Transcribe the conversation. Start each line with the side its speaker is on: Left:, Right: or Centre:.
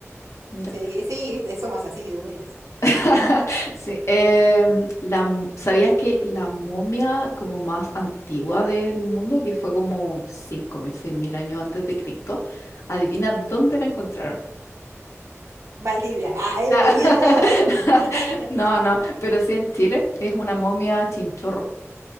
Left: Mira.
Right: Sí, sí, viste, somos así de humildes.
Left: <laughs>
Right: Sí.
Left: Sí. em, la, m- ¿sabías que la momia como más antigua del mundo, que fue como cinco mil seis mil años antes de Cristo, adivina dónde la encontraron?
Right: Valdivia, ah, ahí
Left: <laughs>
Right: lo tenían todo, ¿eh? <laughs>
Left: No, no, pero sí en Chile es una momia chinchorro.